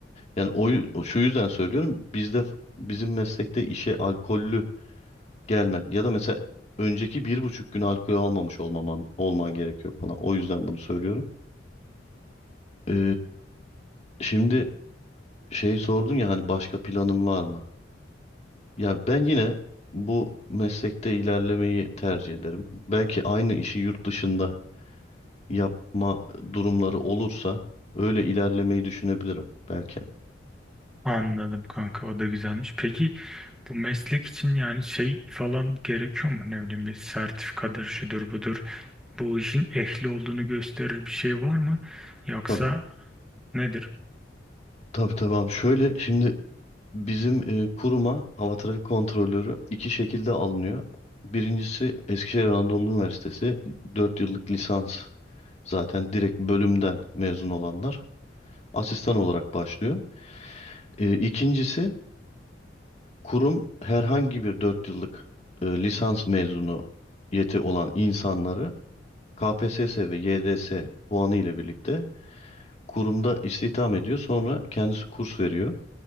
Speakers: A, on the left (about 35°); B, in the centre.
A: Yani o, yü- şu yüzden söylüyorum bizde bizim meslekte işe alkollü gelmen ya da mesela önceki bir buçuk gün alkol almamış olmaman olman gerekiyor falan. O yüzden bunu söylüyorum. E, şimdi şey sordun ya hani başka planın var mı? Ya ben yine bu meslekte ilerlemeyi tercih ederim. Belki aynı işi yurt dışında yapma durumları olursa öyle ilerlemeyi düşünebilirim belki.
B: Anladım kanka o da güzelmiş. Peki bu meslek için yani şey falan gerekiyor mu? Ne bileyim bir sertifikadır şudur budur. Bu işin ehli olduğunu gösterir bir şey var mı? Yoksa
A: Tabii.
B: nedir?
A: Tabii tabii abi. Şöyle şimdi bizim e, kuruma hava trafik kontrolörü iki şekilde alınıyor. Birincisi Eskişehir Anadolu Üniversitesi 4 yıllık lisans zaten direkt bölümden mezun olanlar asistan olarak başlıyor. E, İkincisi Kurum herhangi bir 4 yıllık e, lisans mezunu yeti olan insanları KPSS ve YDS puanı ile birlikte kurumda istihdam ediyor. Sonra kendisi kurs veriyor.